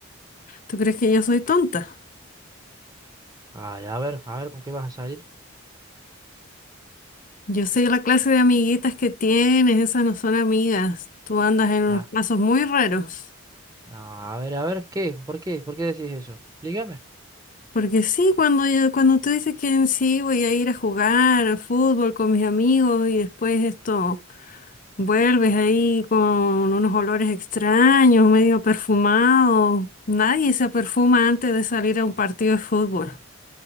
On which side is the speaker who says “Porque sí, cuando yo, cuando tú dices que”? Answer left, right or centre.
Left